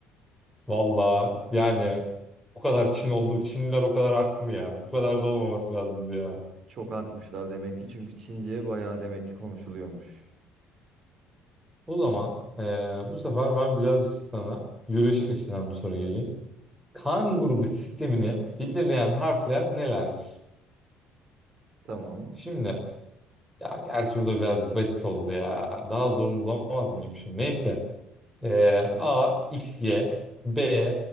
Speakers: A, in the centre; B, on the right.
A: Valla yani o kadar Çin oldu. Çinliler o kadar arttı mı ya? Bu kadar da olmaması lazımdı ya.
B: Çok artmışlar demek ki çünkü Çince bayağı demek ki konuşuluyormuş.
A: O zaman eee, bu sefer ben birazcık sana biyolojik açıdan bir soru geleyim. Kan grubu sistemini belirleyen harfler nelerdir?
B: Tamam.
A: Şimdi ya gerçi bu da birazcık basit oldu ya. Daha zorunu bulamaz mıyım şimdi? Neyse. Eee A, X, Y, B,